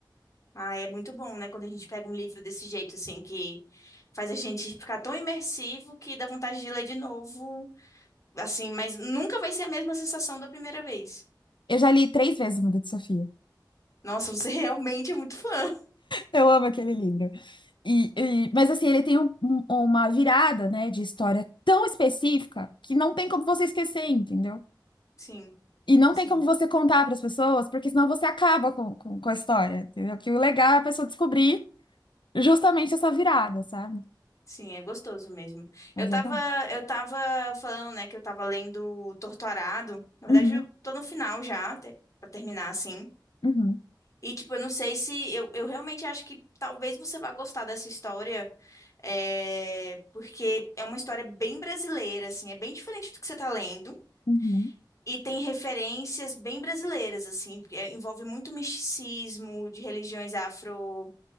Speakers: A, on the left (about 40°); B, on the left (about 85°).
A: Ah, é muito bom, né? Quando a gente pega um livro desse jeito, assim, que faz a gente ficar tão imersivo que dá vontade de ler de novo. Assim, mas nunca vai ser a mesma sensação da primeira vez.
B: Eu já li três vezes o Mundo de Sofia. <laughs>
A: Nossa, você <laughs> realmente é muito fã.
B: Eu amo aquele livro. E, e- mas assim, ele tem um- um- uma virada, né, de história tão específica que não tem como você esquecer, entendeu?
A: Sim,
B: E não
A: sim,
B: tem como você contar para as pessoas, porque senão você acaba com, com, com a história, entendeu? Que o legal é a pessoa descobrir Justamente essa virada, sabe?
A: sim, é gostoso mesmo.
B: Mas
A: Eu tava,
B: é bom.
A: eu tava falando, né, que eu tava lendo Torturado. Na verdade,
B: Uhum,
A: eu tô no final já, te, pra terminar, assim.
B: uhum,
A: E, tipo, eu não sei se. Eu, eu realmente acho que talvez você vá gostar dessa história, é, porque é uma história bem brasileira, assim, é bem diferente do que você tá lendo.
B: uhum,
A: E tem referências bem brasileiras, assim, porque, é, envolve muito misticismo de religiões afro